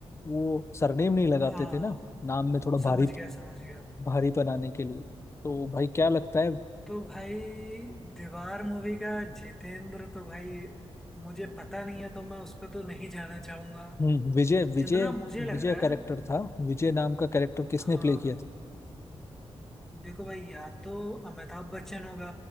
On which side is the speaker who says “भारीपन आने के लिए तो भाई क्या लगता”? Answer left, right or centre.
Left